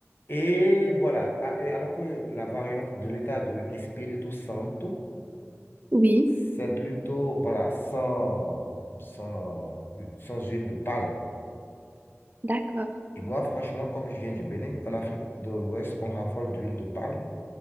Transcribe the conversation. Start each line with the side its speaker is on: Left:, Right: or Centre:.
Left: Et voilà, A- et alors que la variante de l'état de Espírito Santo,
Right: oui,
Left: c'est
Right: oui,
Left: plutôt, voilà, sans, sans, sans huile de palme.
Right: d'accord.
Left: Et moi, franchement, comme je viens du Bénin, en Afrique de l'Ouest, on raffole d'huile de palme.